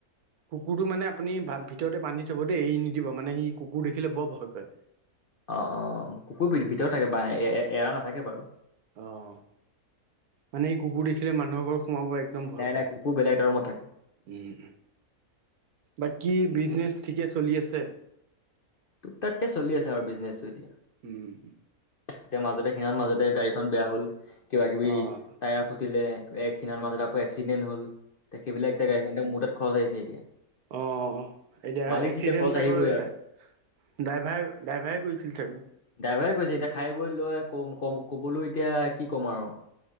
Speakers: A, on the right; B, on the left.
A: কুকুৰটো মানে আপুনি ভা-ভিতৰতে বান্ধি থব দেই এৰি নিদিব মানে সি কুকুৰ দেখিলে বৰ ভয় কৰে।
B: অ', অ', কুকুৰ ভিতৰত থাকে বা এ-এ-এৰা নাথাকে বাৰু।
A: অ'। মানে এই কুকুৰ দেখিলে মানুহৰ ঘৰ সোমাব একদম ভয়
B: নাই
A: কৰে।
B: নাই কুকুৰ বেলেগ এটা ৰুমত থাকে
A: উম, বাকী বিজনেছ ঠিকে চলি আছে?
B: টোক টাক কে চলি আছে আৰু বিজনেছো এতিয়া।
A: উম।
B: এতিয়া মাজতে সিনামান মাজতে গাড়ীখন বেয়া হল কিবা কিবি
A: অঁ
B: টায়াৰ ফুটিলে এই খিনাখন মাজতে আকৌ এক্সিডেণ্ট হ'ল সেইবিলাক ইতিয়া গাড়ীখন এতিয়া মোৰ তাত খৰচ আহিছে এতিয়া।
A: অ' এতিয়া
B: মালিক
A: এক্সিডেণ্ট
B: যেতিয়া খৰচ
A: চাগৈ
B: আহিবই আৰু
A: ড ড্ৰাইভাৰে ড্ৰাইভাৰে গৈছিল চাগৈ।
B: ড্ৰাইভাৰে কৈছে এতিয়া খাই বৈ লৈ কম-কম-ক'বলৈ এতিয়া কি ক'ম আৰু।